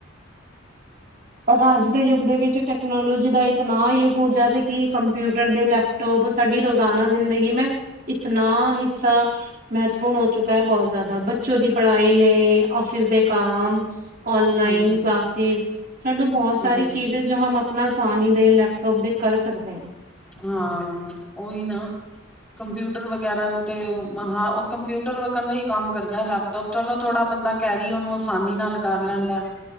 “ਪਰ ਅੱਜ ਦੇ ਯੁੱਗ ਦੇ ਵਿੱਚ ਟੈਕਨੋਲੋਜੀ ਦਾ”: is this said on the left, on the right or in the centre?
Right